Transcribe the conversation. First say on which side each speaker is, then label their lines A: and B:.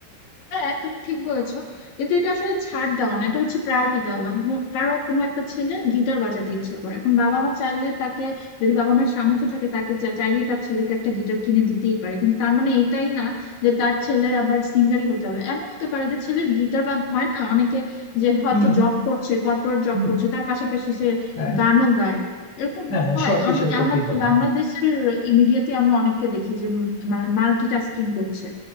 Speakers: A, on the left; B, on the left.
A: হ্যাঁ তুমি ঠিক বলেছো কিন্তু এটা আসলে ছাড় দেওয়া না এটা হচ্ছে প্রায়োরিটি দেওয়া ম- কারো কোনো একটা ছেলে গিটার বাজাতে ইচ্ছে করে এখন বাবা মা চাইলে তাকে যদি বাবা মায়ের সামর্থ্য থাকে তাকে চা- চাইলেই তার ছেলেকে একটা গিটার কিনে দিতেই পারে কিন্তু তার মানে এইটাই না যে তার ছেলের আবার সিঙ্গারই হতে হবে এমন হতে পারে যে ছেলের গিটার বা হয় না অনেকে যে হয়তো
B: হুম হুম
A: জব করছে কর্পোরেট জব
B: হুম।
A: করছে তার পাশাপাশি সে
B: হ্যাঁ
A: গানও গায় এরকম
B: হ্যাঁ
A: হয়
B: শখ
A: অনেক
B: হিসেবে করতেই
A: আমাদের
B: পারে
A: বাংলাদেশের
B: হ্যাঁ
A: ইমিডিয়েটলি আমরা অনেককে দেখি যে উম, মানে মাল্টিটাস্কিং করছে